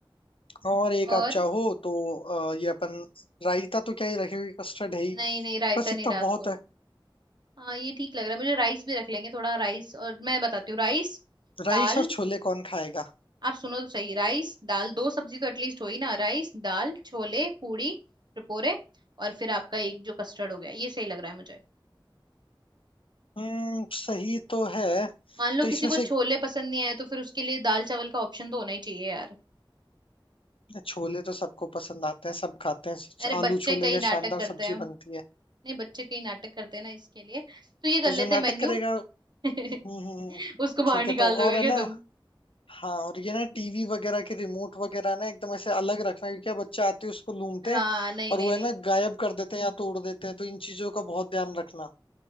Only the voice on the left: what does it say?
और एक
आप चाहो तो अ, ये अपन रायता तो क्या ही रखेंगे कस्टर्ड है ही
बस
इतना
बहुत
है
राइस
और छोले कौन खाएगा
हम्म सही तो है
तो
इसमें
से
छोले तो सबको पसंद आते हैं सब खाते हैं
आलू छोले
या
शानदार
सब्जी
बनती है
तो
जो नाटक
करेगा
हम्म हम्म हम्म,
ठीक
है तो
और है
ना
हाँ और ये ना टीवी वगैरह के रिमोट वगैरह ना एकदम ऐसे अलग रखना क्योंकि अब बच्चे आते हैं उसको लूमते
हैं
और
वो है
ना गायब कर देते हैं या तोड़ देते हैं तो इन चीजों का बहुत ध्यान रखना